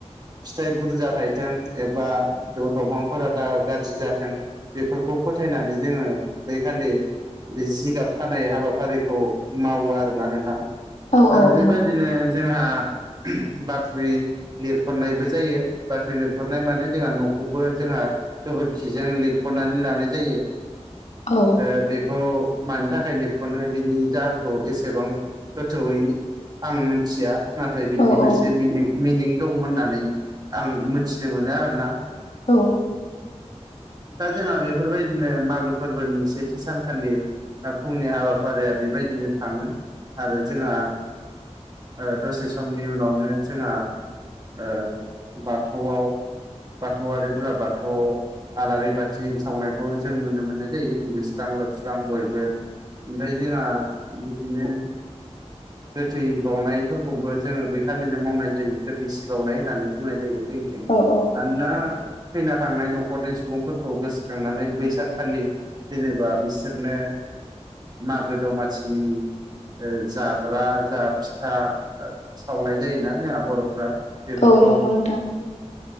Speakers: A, on the right; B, on the left.
A: फिथाइ बुरजा थायथों एबा द'-दंफांफोरा दा गाज्रि जाथों। बेफोरखौ फोथायनानै जोङो बैखालि बे जिगाब खानाय हाबाफारिखौ मावो आरोना नोंथां।
B: औ औ
A: आरो बेबादिनो
B: नंगौ
A: जोंहा बाख्रि। लिरखननायबो जायो बाख्रि लिरखननाय माने जोंहा न'खौबो जोंहा गोबोरखिजों लिरख'ननानै लानाय जायो।
B: औ।
A: ओ बेखौ मानि थाखाय लिरख'नो बिनि जाहोनखौ एसेबां गोथौयै। आं मोनथिया। नाथाय बिनि
B: औ
A: मोनसे
B: औ
A: मिनिं-मिनिं दं होननानै आं मोनथिनो मोनो आरोना।
B: औ
A: दा जोंहा बेफोरबायदिनो मागो फोर्बोनि सेथि सानखालि फुंनि हाबाफारिया बेबायदिनो थाङो। आरो जोंहा ओ दसे समनि उनावनो जोंहा। ओ बाथौआव। बाथौआरिफोरा बाथौआव आलारि बाथि सावनायखौ जों नुनो मोनो। जायो दुगैस्रां लोबस्रां बयबो ओमफ्राय जोंहा बिदिनो <inaudible> गोथै बावनायफोरखौबो जोङो बेखालिनो मावनाय जायो गोथै सि बावनाय होननानै बुंनाय जायो जों। थिं
B: औ औ
A: मानोना थैना थांनाय न'खरनि सुबुंफोरखौ गोसोखांनानै बै सानखालि जेनेबा बिसोरनो मागो दमासिनि जाग्रा जा फिथा सावनाय जायोना जोंहा बर'फोरा बेफोरखौ
B: औ नंगौ नोंथां